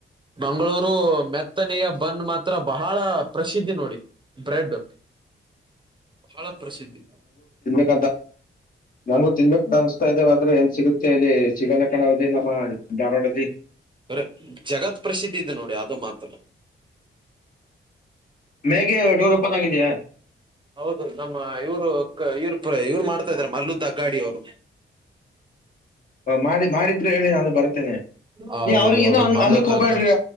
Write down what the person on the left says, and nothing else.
ಂತ ನಂಗು ತಿನ್ಬೇಕ ಅನ್ಸ್ತಾ ಇದ್ದೇವ ಆದ್ರೆ ಎಲ್ಲಿ ಸಿಗುತ್ತೆ ಇಲ್ಲಿ ಸಿಗಲ್ಲ ಕಣಾವಲ್ಲಿ ನಮ್ಮ. ಧಾರವಾಡ ಜಿ
ಮ್ಯಾಗಗೆ ಡೋರ್ ಓಪನ್ ಆಗಿದೆಯಾ.
ಮಾಡಿ ಮಾಡಿದ್ರೆ ಹೇಳಿ ನಾನು ಬರ್. ತಿನಿ
ನೀ ಅವ್ರ
ಏನೋ
ಅಲ್ಲಕ್
ಹೋಗಬ್ಯಾಡ್ರಿ